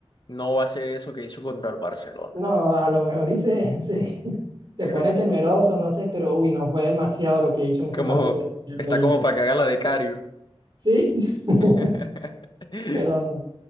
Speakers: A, on the left; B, on the right.
A: no va a ser eso que hizo contra el Barcelona.
B: No, a lo mejor y se, se, <laughs> se
A: <laughs>
B: pone temeroso, no sé, pero uy, no fue demasiado lo que hizo en ese
A: Como,
B: partido el arquero
A: está
B: del Inter.
A: como para cagar la de Cario.
B: Sí, <laughs>
A: <laughs>
B: pero no.